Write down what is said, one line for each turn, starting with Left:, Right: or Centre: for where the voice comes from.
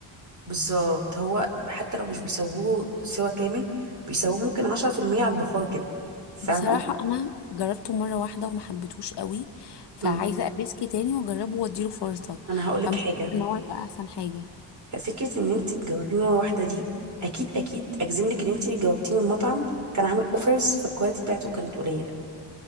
Right: بالظبط هو حتى لو مش بيسووه سوا كامل بيسووه ممكن 10% على البخار كده فاهمه
Left: بصراحه انا جربته مره واحده وما حبيتهوش قوي فعايزه
Right: امم
Left: ابيسكي تاني واجربه واديله فرصه
Right: انا هقول لك
Left: فمش
Right: حاجه
Left: حاسه ان هو يبقى احسن حاجه
Right: فكره ان انت تجاوبيه مره واحده دي اكيد اكيد اجزم لك ان انت جاوبتيه من مطعم كان عامل اوفرز فالكواليتي بتاعته كانت قليله